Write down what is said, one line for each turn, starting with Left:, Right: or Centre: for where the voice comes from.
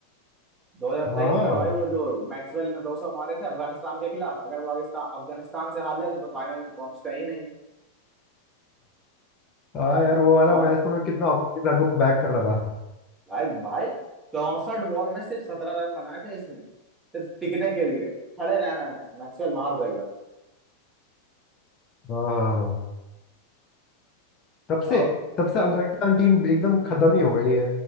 Right: 2023
Left: हाँ
Right: में भाई वो जो मैक्सवेल ने 200 मारे थे अफगानिस्तान के खिलाफ अगर वो अफगानिस्तान अफगानिस्तान से हार जाते तो फाइनल में पहुंचता ही नहीं
Left: हाँ यार वो वाला
Right: चौ
Left: मैच तो मैं कितना अफगानिस्तान को बैक कर रहा था
Right: भाई भाई चौसठ बॉल में सिर्फ सत्रह रन बनाए थे इसने सिर्फ टिकने के लिए खड़े रहना है मैक्सवेल मार देगा
Left: हाँ हाँ हाँ तब
Right: और
Left: से तब से अफगानिस्तान टीम एकदम खत्म ही हो गई है